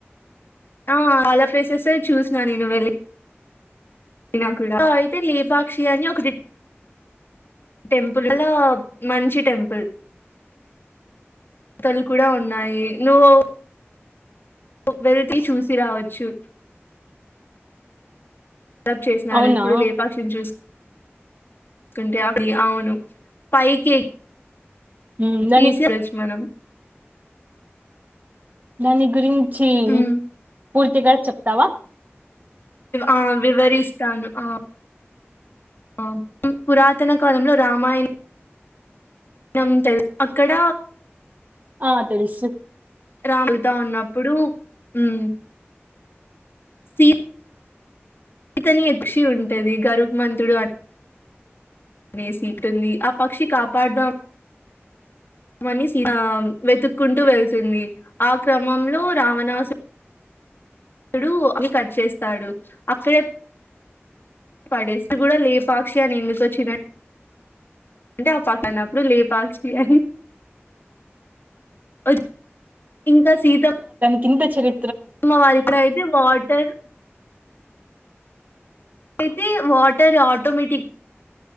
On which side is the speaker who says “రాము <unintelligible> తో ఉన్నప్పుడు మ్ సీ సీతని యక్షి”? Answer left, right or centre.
Left